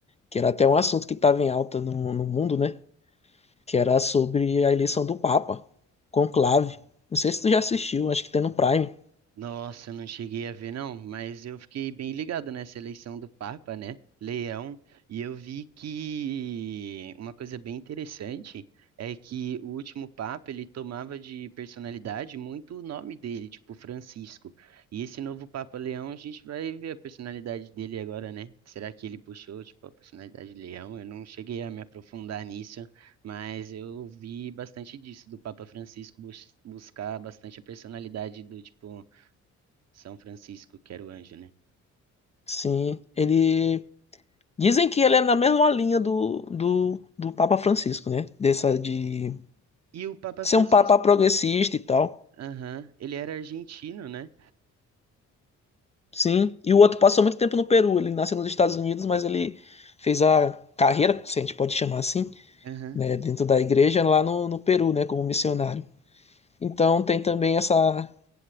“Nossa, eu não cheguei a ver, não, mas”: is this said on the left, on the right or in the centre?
Right